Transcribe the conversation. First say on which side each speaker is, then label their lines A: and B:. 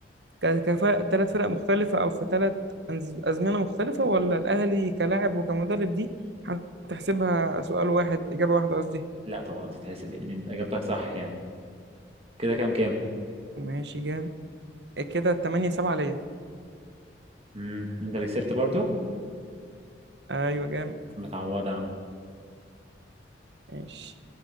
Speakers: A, on the right; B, on the right.
A: كفاءة ثلاث فرق مختلفة أو في ثلاث أزمنة مختلفة ولا الأهلي كلاعب وكمدرب دي هتحسبها سؤال واحد إجابة واحدة قصدي
B: لا طبعا تتحسب يعني انت اجابتك صح يعني كده كام كام
A: ماشي جامد كده 8 7 ليا
B: امم انت اللي كسبت برضو
A: ايوه جامد
B: متعوضة يا عم
A: ماشي